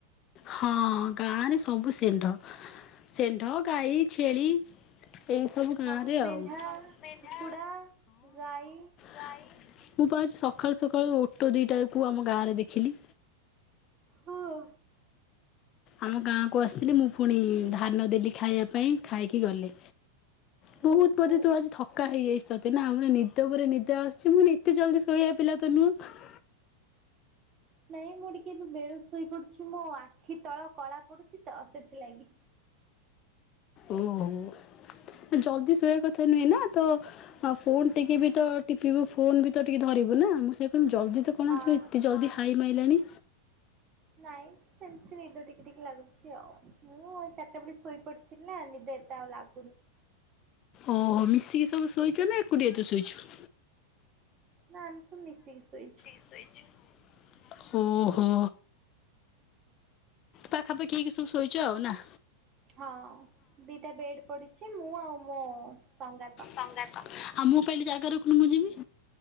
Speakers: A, on the left; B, on the right.
A: ହଁ ଗାଁ ରେ ସବୁ ଷେଣ୍ଢ। ସେଣ୍ଢ, ଗାଈ, ଛେଳି ଏଇ ସବୁ ଗାଁ
B: ହଁ
A: ରେ
B: ମେଣ୍ଢା
A: ଆଉ ହଁ ମେଣ୍ଢା,
B: କୁକୁଡ଼ା ଗାଈ
A: ଗାଈ ମୁଁ ପା ଆଜି ସକାଳୁ ସକାଳୁ ଓଟୋ ଦିଟା କ ଆମ ଗାଁ ରେ ଦେଖିଲି।
B: ହଁ।
A: ଆମ ଗାଁକୁ ଆସିଥିଲି, ମୁଁ ପୁଣି ଧାନ ଦେଲି ଖାଇବା ପାଇଁ ଖାଇକି ଗଲେ। ବହୁତ
B: ଓହୋ
A: ବୋଧେ ତୁ ଆଜି ଥକା ହେଇଯାଇଛୁ ତତେ ନା ମର ନିଦ ପରେରେ ନିଦ ଆସୁଛି ମୁଁ ଏତେ ଜଲଦି ଶୋଇବା ପିଲ ତ ନୁହଁ?
B: ନାଇଁ ମୁଁ ଟିକେ ବି ବେଳୁ ଶୋଇ ପୁଛି ମୋ ଆଖି ତଳ କଳା ପଡୁଛି ତ ସେଥିଲାଗି
A: ଓହୋ। ଜଲଦି ଶୋଇବା କଥା ନୁହେଁ ନା ତ ଆଉ ଫୋନ୍ ଟିକେ ବି ତ ଟିପିଇବୁ ଫୋନ ଟିକେ ବି ତ ଧରିବୁ ନା ମୁଁ ସେ ଲଦି ତ କଣ
B: ହଁ
A: ଆସିବ, ଏତେ ଜଲଦି ହାଇ ମାଇଲାଣି
B: ନାଇ। ସେମିତି ନିଦ ଟିକେ ଟିକେ ଲାଗୁଛି ଆଉ। ମୁଁ ଚାରିଟା ବେଳେ ଶୋଇ ପଡିଥିଲ ନା ନିଦ ଏଟା ଆଉ ଲାଗୁଛି।
A: ଓହୋ ମିଶିକି ସବୁ ଶୋଇଛ ନା? ଏକୁଟିଆ ତୁ ଶୋଇଛୁ?
B: ନା ଆମେ ତବୁ ମିଶିକି ଶୋଇଛୁ।
A: ସେଇ ଓହୋ। ପାଖାପାଖି ହେଇକି ସବୁ ଶୋଇଛ ଆଉ ନା?
B: ହଁ ଦିଟା ବେଡ଼ ପଡ଼ିଛି, ମୁଁ ଆଉ ମୋ ସଙ୍ଗାତ।
A: ସଙ୍ଗାତ। ଆଉ ମୁଁ କିଲଲି ଜାଗା ରଖୁନୁ ମୁଁ ଯିବି।